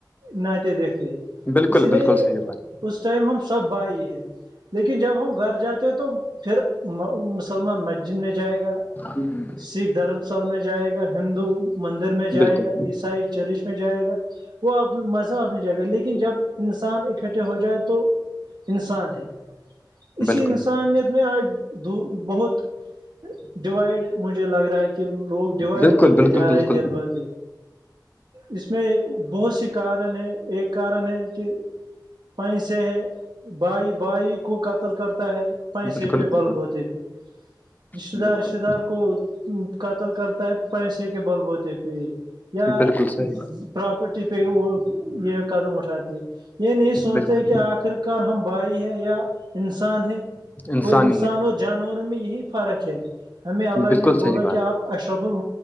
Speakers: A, on the right; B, on the left.
A: ناطے دیکھتے ہیں
B: بالکل
A: اس لیے
B: بالکل صحیح بات
A: اس ٹائم ہم سب بائی ہے لیکن جب ہم گھر جاتے ہیں تو پھر مسلمان مسجد میں جائے گا
B: ہوں ہوں،
A: سکھ دھرم سال میں جائے گا ہندو مندر میں جائے
B: بالکل
A: گا عیسائی چرچ جائے گا وہ مذہب اپنے جائے گا لیکن جب انسان اکٹھے ہو جائے تو انسان ہے اسی
B: بالکل
A: انسانیت میں آج دو بہت ڈوائڈ مجھے لگ رہا ہے کہ کہ لوگ یوای
B: بالکل
A: وتے
B: بالکل
A: جا رہے
B: بالکل
A: یں دن بہ دن اس میں بہت سی کارن ہیں ایک کارن ہے کہ پینس ہے بائی بائی کو قتل کرتا ہے
B: بالکل
A: پیسے پہ
B: بالکل
A: بلب ہوتے پہ رشتے
B: بالکل
A: دار رشتے دار کو قتل کرتا ہے پیسے کے بل بوتے پہ یا
B: بالکل صحیح بات
A: پراپرٹی پہ وہ یہ قدم اٹھاتے یہ نہیں سوچتے
B: بالکل
A: کہ آخر ک ہم بھائی ہیں یا انسان ہے
B: انسانی
A: اور انسان
B: ہے
A: اور جانوروں میں یہی فرق ہے ہمیں اللہ
B: بالکل
A: نے
B: صحیح
A: بولا
B: بات
A: کہ آپ اشرف ال